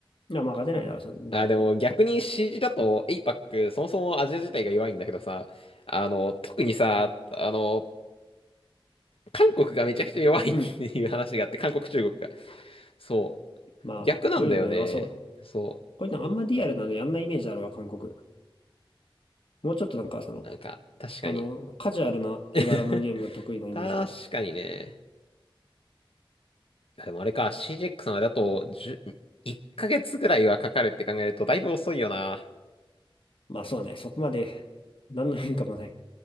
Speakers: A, on the left (about 70°); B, on the left (about 80°).
A: いや、まあ勝てないだろう、それだろうね。
B: あ、でも逆に CG だと APAC そもそもアジア自体が弱いんだけどさ、あの、特にさ、あの、韓国がめちゃくちゃ弱いっていう話があって、
A: うん。
B: 韓国、中国が。そう。
A: まあ、
B: 逆なんだよね。
A: こういうの弱そう。
B: そ
A: こういうのあんまリアルなのやんないイメージあるわ、韓国。もうちょっとなんか、その、
B: う。なんか、確かに。
A: あの、カジュアルな絵柄のゲーム得意なイメージある。
B: <laughs> 確かにね。いやでもあれか、CGX までだと10、ヶ月ぐらいはかかるって考えるとだいぶ遅いよな。
A: まあそうね、そこまで、何の変化もない。